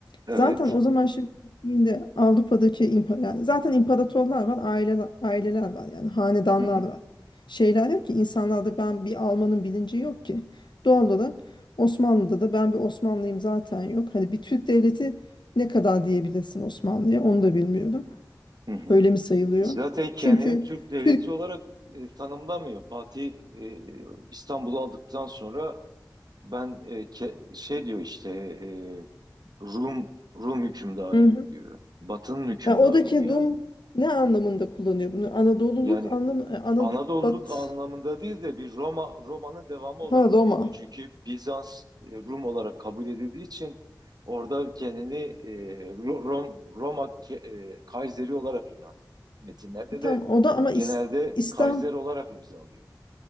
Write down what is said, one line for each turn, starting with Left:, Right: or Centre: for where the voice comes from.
Right: Evet.
Left: zaten o zaman şimdi gittiğinde Avrupa'daki impa- yani zaten imparatorlar var, aileler, aileler var yani hanedanlar
Right: Hı hı.
Left: var. Şeyler yok ki insanlarda ben bir Alman'ın bilinci yok ki. Doğal olarak Osmanlı'da da ben bir Osmanlıyım zaten yok. Hani bir Türk devleti ne kadar diyebilirsin Osmanlı'ya onu da bilmiyorum.
Right: Hı hı.
Left: Öyle mi sayılıyor?
Right: Zaten kendini
Left: Çünkü
Right: Türk devleti
Left: Türk
Right: olarak e, tanımlamıyor. Fatih e, İstanbul'u aldıktan sonra ben e, ke- şey diyor işte e, Rum Rum hükümdarıyım
Left: Hı hı.
Right: diyor. Batı'nın hükümdarıyım
Left: Yani oradaki
Right: yani.
Left: Rum ne anlamında kullanıyor bunu? Anadoluluk
Right: Yani
Left: anlamı e, Anad,
Right: Anadolu'luk
Left: Bat
Right: anlamında değil de bir Roma Roma'nın devamı olarak
Left: ha Roma.
Right: görüyor. Çünkü Bizans e, Rum olarak kabul edildiği için orada kendini e, Ro- Rom, Roma ke- e, Kayseri olarak ilan ediyor. Metinlerde
Left: Tam
Right: de
Left: o da ama İs-
Right: genelde
Left: İslam
Right: Kaiser olarak imzalıyor.